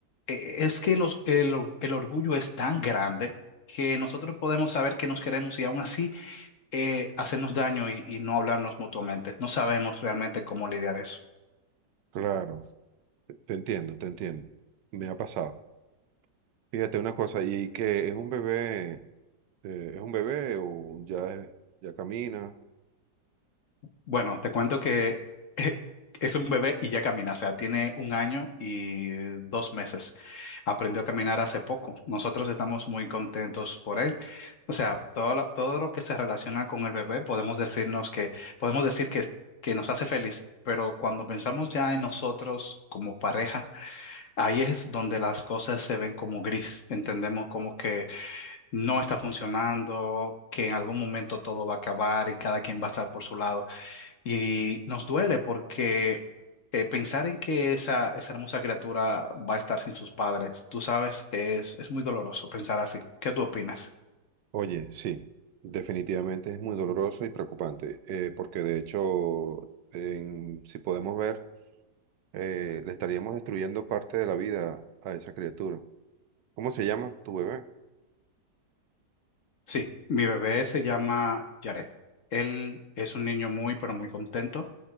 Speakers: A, on the left; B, on the right.
A: eh, Es que los- el, or- el orgullo es tan grande que nosotros podemos saber que nos queremos y aún así eh, hacernos daño y, y no hablarnos mutuamente. No sabemos realmente cómo lidiar eso.
B: Claro, te te entiendo, te entiendo. Me ha pasado. Fíjate una cosa, y que es un bebé, eh, es un bebé o ya, es- ya camina.
A: Bueno, te cuento que <laughs> es un bebé y ya camina, o sea, tiene un año y dos meses. Aprendió a caminar hace poco. Nosotros estamos muy contentos por él. O sea, todo lo, todo lo que se relaciona con el bebé, podemos decirnos que, podemos decir que, es- que nos hace feliz, pero cuando pensamos ya en nosotros como pareja, ahí es donde las cosas se ven como gris. Entendemos como que no está funcionando, que en algún momento todo va a acabar y cada quien va a estar por su lado. Y nos duele porque eh, pensar en que esa, esa hermosa criatura va a estar sin sus padres, tú sabes, es, es muy doloroso pensar así. ¿Qué tú opinas?
B: Oye, sí, definitivamente es muy doloroso y preocupante, eh, porque de hecho, en- si podemos ver, eh, le estaríamos destruyendo parte de la vida a esa criatura. ¿Cómo se llama tu bebé?
A: Sí, mi bebé se llama Jared. Él es un niño muy, pero muy contento